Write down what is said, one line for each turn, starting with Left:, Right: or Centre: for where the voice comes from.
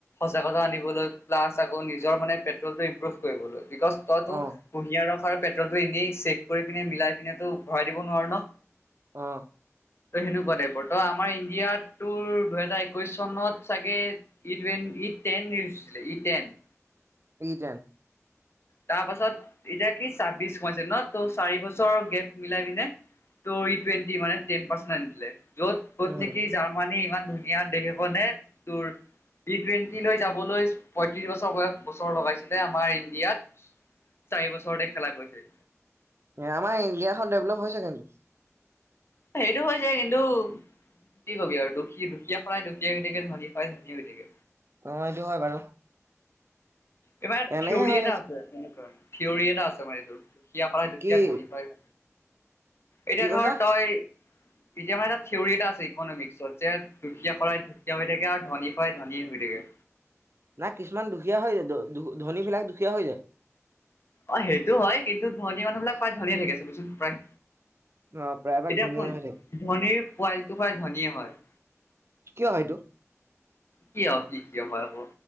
Left: সঁচা নিবলৈ প্লাছ আক নিজৰ মানে প্ৰেটলটো ইনপ্ৰুভ কৰিবলৈ বিকছ তই তো
Right: অ
Left: কুঁহিয়া ৰখ আৰু পেট্ৰলটো এনেই চেক কৰি পিনে মিলাই পিনে তো ভৰাই দিব নোৱাৰো ন।
Right: অ।
Left: ত সেনেকুৱা টাইপৰ ত আমাৰ ইণ্ডিয়াত তোৰ দুহেজাৰ একৈশ চনত চাগে ই টোৱেন ই টেন ৰিলিছ ই টেন।
Right: ই টেন।
Left: তা পাছত এতিয়া কি ছাব্বিশ সোমাইছে ন ত চাৰি বছৰ গেপ মিলাই পিনে ত ই টুৱেণ্টি মানে টেন পাৰ্চেন্ট আনি দিলে, য'ত য'ত
Right: উম
Left: নেকি জাৰ্মানী ইমান ধুনীয়া দেশ এখনে তোৰ টি টুৱেণ্টি লৈ যাবলৈ পয়ত্ৰিশ বছৰ বয় বছৰ লগাইছিলে আমাৰ ইণ্ডিয়াত। চাৰি বছৰতে খেলা কৈছে।
Right: আমাৰ ইণ্ডিয়া খন ডেভলপ হৈছে কিন্তু।
Left: সেইটো হৈছে কিন্তু কি কবি আৰু দুখী দুখীয়া খৰাই দুখীয়া হয় থাকে ধনি খাই ধনী হয় থাকে।
Right: অ এইটো হয় বাৰু।
Left: এইবাৰ
Right: এনেকে
Left: থিওৰি
Right: হৈ
Left: এটা আছে এনেকুৱা থিওৰি এটা আছে মানে এইটোৰ দুখীয়া পাই দুখীয়া
Right: কি
Left: ধনী পাই এতিয়া
Right: কি
Left: ধৰ
Right: কৈছা?
Left: তই এতিয়া মানে এটা থিঞৰি এটা আছে ইকনমিক্সত যে দুখীয়া কৰাই দুখীয়া হৈ থাকে আৰু ধনী পাই ধনী হৈ থাকে।
Right: না কিছুমান দুখীয়া হৈ যায় ধনী বিলাক দুখীয়া হৈ যায়।
Left: অ সেইটো হয় কিন্তু ধনী মানুহ বিলাক প্ৰায় ধনিয় হয় থাকে চাবিচোন প্ৰায়।
Right: অ প্ৰায়ভাগ
Left: এতিয়া
Right: ধনীয়া
Left: শুন
Right: হয় থাকে।
Left: ধনীৰ কোৱালিটোপা ধনীয়ে হয়।
Right: কিয় হয়টো?
Left: কিয় কি কিয় হয় আকৌ।